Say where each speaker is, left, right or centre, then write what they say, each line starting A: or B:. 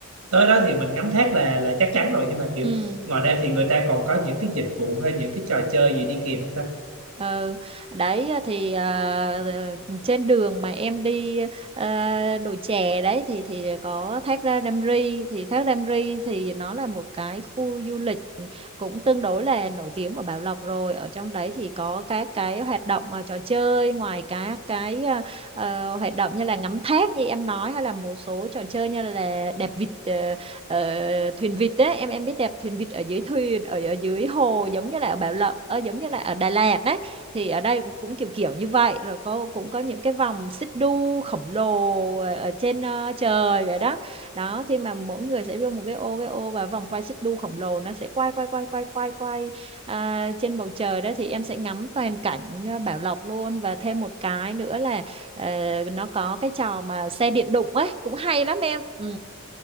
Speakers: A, on the right (about 80°); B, on the right (about 25°).
A: tới đó thì mình ngắm thác là là chắc chắn rồi nhưng mà kiểu
B: ừ.
A: ngoài ra thì người ta còn có những cái dịch vụ hay những cái trò chơi gì đi kèm không ta
B: Ừ, đấy ờ, thì à, trên đường mà em đi à, đồi chè đấy thì thì có thác Ra Đam Ri thì thác Đam Ri thì nó là một cái khu du lịch cũng tương đối là nổi tiếng của Bảo Lộc rồi ở trong đấy thì có các cái hoạt động à, trò chơi ngoài các cái à, ờ, hoạt động như là ngắm thác như em nói hay là một số trò chơi như là đạp vịt ờ, ờ, thuyền vịt đấy em em biết đạp thuyền vịt ở dưới thuyền ở ở dưới hồ giống như là ở Bảo Lộc ờ, giống như là ở Đà Lạt đấy thì ở đây cũng, cũng kiểu kiểu như vậy rồi có cũng có những cái vòng xích đu khổng lồ ở, ở trên ờ, trời vậy đó đó khi mà mỗi người sẽ vô một cái ô cái ô và vòng quay xích đu khổng lồ nó sẽ quay quay quay quay quay quay à, trên bầu trời đó thì em sẽ ngắm toàn cảnh ờ, Bảo Lộc luôn và thêm một cái nữa là ờ, nó có cái trò mà xe điện đụng ấy cũng hay lắm em ừ